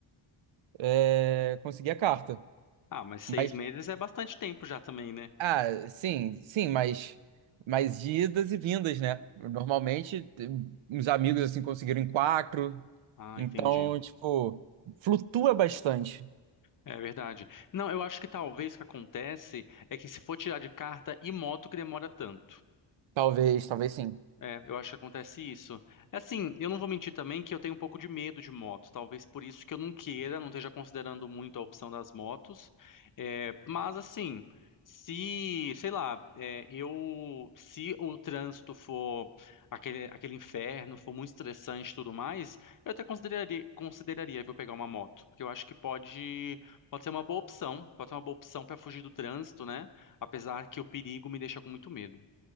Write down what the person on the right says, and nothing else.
é, conseguir a carta.
Mas
Ah, sim, sim, mas, mas de idas e vindas, né? Normalmente, eh, os amigos assim conseguiram em quatro,
então,
tipo, flutua bastante.
Talvez, talvez sim.